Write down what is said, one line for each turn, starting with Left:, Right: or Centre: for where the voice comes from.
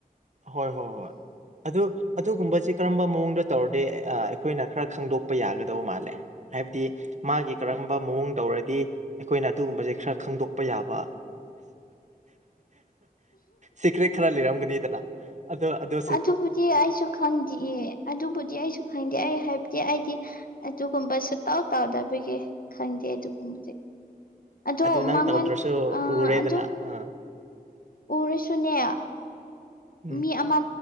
Right: ꯍꯣꯏ ꯍꯣꯏ ꯍꯣꯏ ꯑꯗꯨ ꯑꯗꯨꯒꯨꯝꯕꯁꯤ ꯀꯔꯝꯕ ꯃꯑꯣꯡꯗ ꯇꯧꯔꯗꯤ ꯑꯥ ꯑꯩꯈꯣꯏꯅ ꯈꯔ ꯈꯪꯗꯣꯛꯄ ꯌꯥꯒꯗꯧꯕ ꯃꯥꯜꯂꯦ ꯍꯥꯏꯕꯗꯤ ꯃꯥꯒꯤ ꯀꯔꯝꯕ ꯃꯑꯣꯡ ꯇꯧꯔꯗꯤ ꯑꯩꯈꯣꯏꯅ ꯑꯗꯨꯒꯨꯝꯕꯁꯦ ꯈꯔ ꯈꯪꯗꯣꯛꯄ ꯌꯥꯕ ꯁꯤꯀ꯭ꯔꯦꯠ ꯈꯔ ꯂꯩꯔꯝꯒꯅꯤꯗꯅ ꯑꯗꯣ ꯑꯗꯨ
Left: ꯑꯗꯨꯕꯨꯗꯤ ꯑꯩꯁꯨ ꯈꯪꯗꯦꯌꯦ ꯑꯗꯨꯕꯨꯗꯤ ꯑꯩꯁꯨ ꯈꯪꯗ ꯑꯩ ꯍꯥꯏꯕꯗꯤ ꯑꯩꯗꯤ ꯑꯗꯨꯒꯨꯝꯕ ꯁꯨꯛꯇꯧ ꯇꯧꯗꯕꯒꯤ ꯈꯪꯗꯦ ꯑꯗꯨꯒꯨꯝꯕꯗꯤ ꯑꯗꯣ
Right: ꯑꯗꯨ ꯅꯪ
Left: ꯃꯉꯣꯟ
Right: ꯇꯧꯗ꯭ꯔꯁꯨ
Left: ꯑ
Right: ꯎꯔꯦꯗꯅ
Left: ꯑꯗꯨ
Right: ꯑꯥ
Left: ꯎꯔꯁꯨꯅꯦ
Right: ꯎꯝ
Left: ꯃꯤ ꯑꯃ